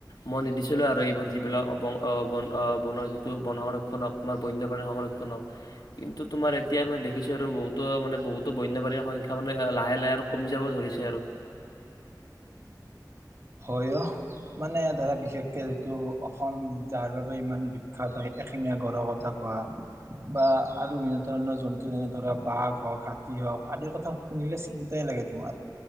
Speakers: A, on the left (about 75°); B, on the right (about 40°).
A: মন নিদিছিলো আৰু এইবোৰ যিবিলাক ব ব যিটো বন সংৰক্ষণ হওক তোমাৰ বন্যপ্ৰাণীৰ সংৰক্ষণ হওক কিন্তু তোমাৰ এতিয়া মানে দেখিছো আৰু বহুত তো মানে বহুতো বন্য বাাণীৰ সংখ্যমানে লাহে লাহে আৰু কমি যাব ধৰিছে আৰু
B: হয় অ মানে ধৰা বিশেষকে যিটো অসম যাৰ বাবে ইমান বিখ্যাত হয় এশেঙীয়া গড়ৰ কথা কোৱা বা আৰু বিভিন্ন ধৰণৰ জন্তু যেনে ধৰা বাঘ হওক, হাতী হওক আদিৰ কথা শুনিলে চিন্তাই লাগে তোমাৰ।